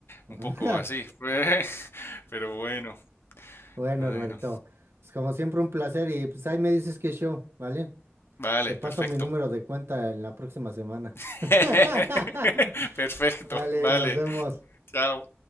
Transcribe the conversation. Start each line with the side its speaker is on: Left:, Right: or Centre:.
Right: <laughs>
Left: un poco así, <laughs> pero bueno,
Right: Bueno,
Left: bueno,
Right: hermanito. Pues como siempre, un placer y pues ahí me dices qué show, ¿vale?
Left: vale,
Right: Te paso
Left: perfecto,
Right: mi número de cuenta en la próxima semana.
Left: <laughs>
Right: <laughs>
Left: perfecto,
Right: Vale,
Left: vale,
Right: nos vemos.
Left: chao.